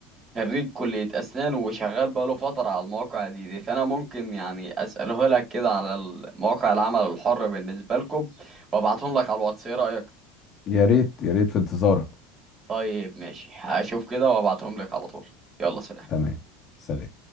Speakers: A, on the right; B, on the left.
A: خريج كلية اسنان وشغال بقاله فترة على المواقع دي, دي فانا ممكن يعني اساله لك كده على مواقع العمل الحر بالنسبة لكم وابعتهم لك على الواتس ايه رأيك
B: يا ريت يا ريت في انتظارك
A: طيب ماشي هشوف كده وابعتهم لك على طول يلا سلام
B: تمام سلام